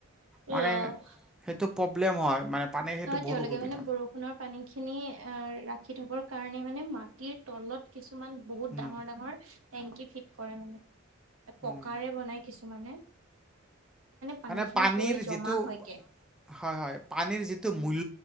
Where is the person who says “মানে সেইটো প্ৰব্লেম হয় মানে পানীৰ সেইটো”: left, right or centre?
Centre